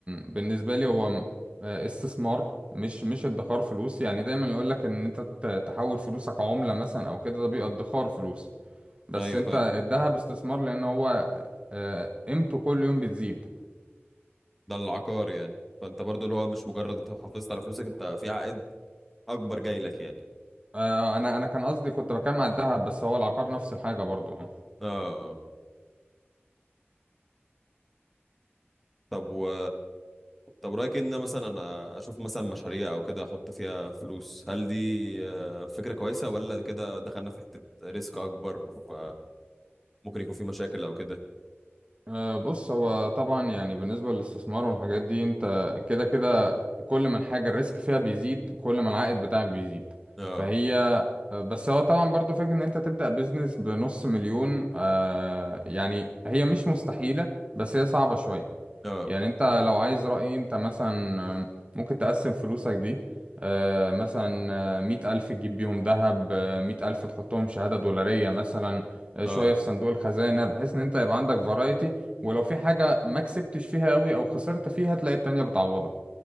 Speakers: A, on the right (about 25°); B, in the centre.
A: بالنسبة لي هو م- آه، استثمار مش مش ادخار فلوس يعني دايما يقولك ان انت ت- تحول فلوسك عملة مثلا او كده ده بيبقى ادخار فلوس بس
B: ايوه
A: انت
B: فاهم
A: الذهب استثمار لان هو آه، قيمته كل يوم بتزيد
B: ده العقار يعني فانت برضو اللي هو مش مجرد انت حافظت على فلوسك انت في عائد اكبر جاي لك يعني
A: آه، انا انا كان قصدي كنت بتكلم على الذهب بس هو العقار نفس الحاجه برضو اه
B: اه طب و طب رأيك ان مثلا انا اشوف مثلا مشاريع او كده احط فيها فلوس هل دي آه، فكرة كويسة ولا ده كده دخلنا في حتة ريسك اكبر ف ممكن يكون في مشاكل او كده
A: آه، بص هو طبعا يعني بالنسبه للاستثمار والحاجات دي انت كده كده كل ما الحاجه الريسك فيها بيزيد كل ما العائد بتاعك بيزيد
B: اه
A: فهي آه، بس هو طبعا برضو فاكر ان انت تبدا بيزنس بنص مليون آه، يعني هي مش مستحيله بس هي صعبه شويه
B: اه
A: يعني انت لو عايز رأيي انت مثلا آم، ممكن تقسم فلوسك دي آه، مثلا آه، مية ألف تجيب بيهم ذهب آه، مية ألف تحطهم شهادة دولارية مثلا آه،
B: اه
A: شوية في صندوق الخزانة بحيث ان انت يبقى عندك فرايتي ولو في حاجة ما كسبتش فيها قوي او خسرت فيها تلاقي التانية بتعوضك